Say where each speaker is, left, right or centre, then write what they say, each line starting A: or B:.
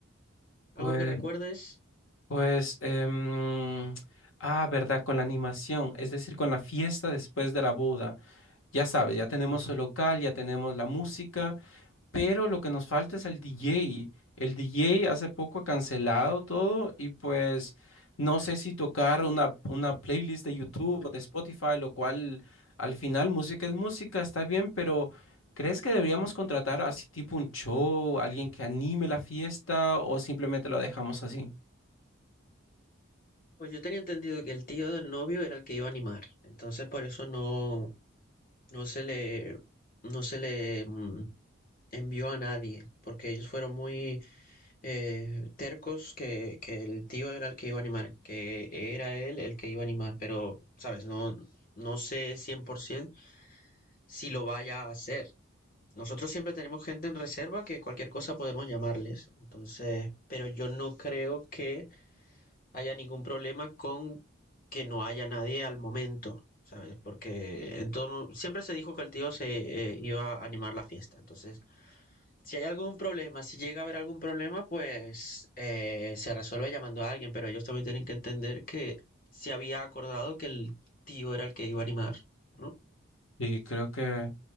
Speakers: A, on the left (about 75°); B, on the left (about 40°).
A: Pues,
B: ¿Algo que recuerdes?
A: pues, em, ah, verdad, con la animación, es decir, con la fiesta después de la boda. Ya sabes, ya tenemos
B: Ajá.
A: el local, ya tenemos la música, pero lo que nos falta es el DJ. El DJ hace poco ha cancelado todo y pues no sé si tocar una, una playlist de YouTube o de Spotify, lo cual al final música es música, está bien, pero ¿crees que deberíamos contratar así tipo un show, alguien que anime la fiesta o simplemente lo dejamos así?
B: Pues yo tenía entendido que el tío del novio era el que iba a animar, entonces por eso no, No se le, no se le mm, envió a nadie, porque ellos fueron muy eh, tercos que, que el tío era el que iba a animar, que era él el que iba a animar, pero, sabes, no, no sé 100% si lo vaya a hacer. Nosotros siempre tenemos gente en reserva que cualquier cosa podemos llamarles, entonces, pero yo no creo que haya ningún problema con que no haya nadie al momento, ¿sabes? Porque en todo, siempre se dijo que el tío se eh, iba a animar la fiesta. Entonces, si hay algún problema, si llega a haber algún problema, pues eh, se resuelve llamando a alguien, pero ellos también tienen que entender que se había acordado que el tío era el que iba a animar, ¿no?
A: Y creo que